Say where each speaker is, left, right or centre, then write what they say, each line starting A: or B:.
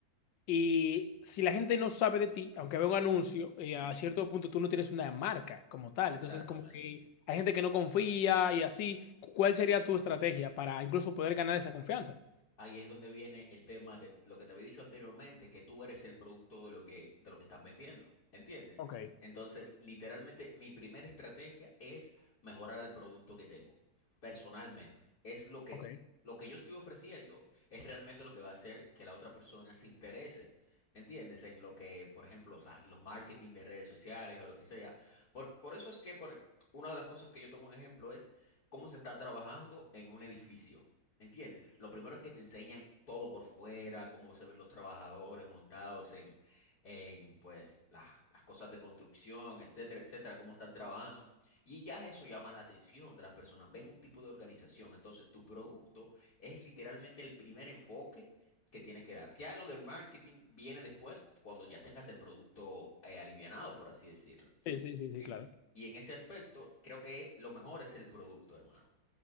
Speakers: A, on the left; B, on the left.
A: y si la gente no sabe de ti, aunque vea un anuncio, eh,
B: ujú,
A: a cierto punto tú no tienes una marca como tal,
B: Exactamente.
A: entonces como que hay gente que no confía y así, ¿cuál sería tu estrategia para incluso poder ganar esa confianza?
B: Ahí es donde viene el tema de lo que te había dicho anteriormente, que tú eres el producto de lo que, de lo que estás vendiendo, ¿entiendes?
A: Ok,
B: Entonces, literalmente, mi primera estrategia es mejorar el producto que tengo, personalmente. Es lo que,
A: ok.
B: lo que yo estoy ofreciendo, es realmente lo que va a hacer que la otra persona se interese, ¿entiendes? En lo que, por ejemplo, la- los marketing de redes sociales o lo que sea. Por, por eso es que por, una de las cosas que yo tomo en ejemplo es cómo se está trabajando en un edificio. ¿Entiendes? Lo primero es que te enseñan todo por fuera, cómo se ven los trabajadores montados en, en pues, las, las cosas de construcción, etcétera, etcétera, cómo están trabajando. Y ya eso llama la atención de las personas. Ven un tipo de organización. Entonces, tu producto es literalmente el primer enfoque que tienes que dar. Ya lo del marketing viene después, cuando ya tengas el producto eh, alivianado, por así decirlo.
A: Sí, sí, sí, sí,
B: En-
A: claro.
B: y en ese aspecto, creo que lo mejor es el producto, hermano.